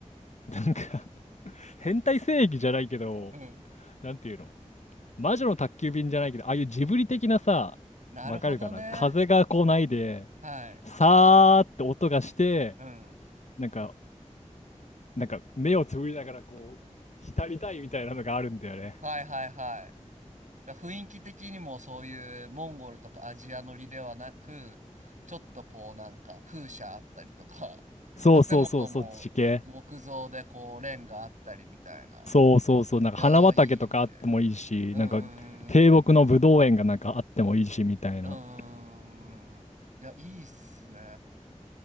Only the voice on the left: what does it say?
なんか変態正義じゃないけど、
なんていうの、魔女の宅急便じゃないけど、ああいうジブリ的なさ、
わかるかな、風が来ないで、
さーって音がして、
なんか、なんか目をつぶりながらこう、浸りたいみたいなのがあるんだよね。
そうそうそう、
そっち系。そうそうそう、なんか花畑とかあってもいいし、
なんか低木のぶどう園がなんかあってもいいしみたいな。